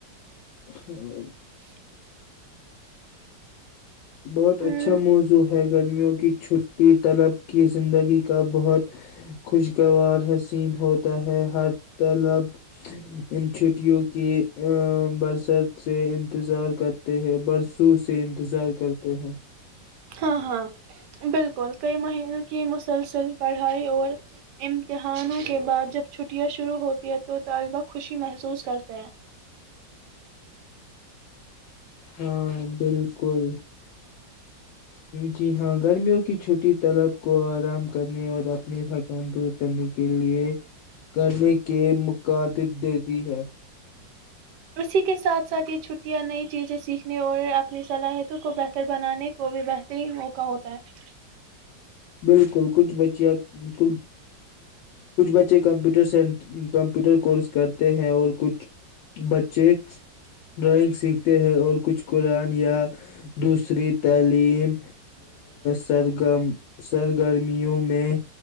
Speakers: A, on the left; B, on the right.
A: ہ
B: اچھا
A: بہت
B: ام،
A: اچھا موضوع ہے گرمیوں کی چھٹی طلب کی زندگی کا بہت خوشگوار حسین ہوتا ہے ہر طلب ان چھٹیوں کی برست سے انتظار کرتے ہے برسوں سے انتظار کرتے ہیں
B: ہاں ہاں بالکل کئی مہینوں کی م مسلسل پڑھائی اور امتحانوں کے بعد جب چھٹیاں شروع ہوتی ہیں تو طالبہ خوشی محسوس کرتے ہیں
A: ہاں بالکل جی ہاں گرمیوں کی چھوٹی طلب کو آرام کرنے اور اپنی تھکان دور کرنے کے لیے کرنے کے مق دب دیتی ہے
B: اسی کے ساتھ ساتھ یہ چھٹیاں نئی چیزیں سیکھنے اور اپنی صلاحیتوں کو بہتر بنانے کو بھی بہترین موقع ہوتا ہے
A: بالکل کچھ کچھ بچے کمپیوٹر کورس کرتے ہیں اور کچھ بچے ڈرائنگ سیکھتے ہیں اور کچھ قرآن یا دوسری تعلیم سرگم ر گرمیوں میں